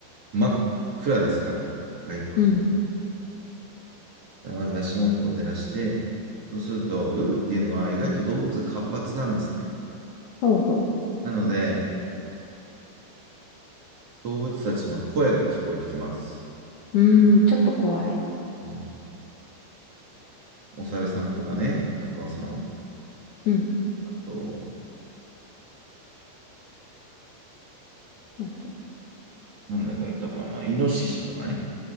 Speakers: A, on the right; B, on the left.
A: う真っ暗ですから、深いと思う。
B: うん。
A: まず足元を照らして、そうすると夜っていうのは意外と動物が活発なんですね。
B: ほうほ
A: なので、動物たちの声が聞こえてきます。
B: う。うーん、ちょっと怖い。
A: うんお猿さんとかね、高尾さんは。
B: うん。
A: あと、
B: あと。
A: 何がいたかな、イノシシとかね、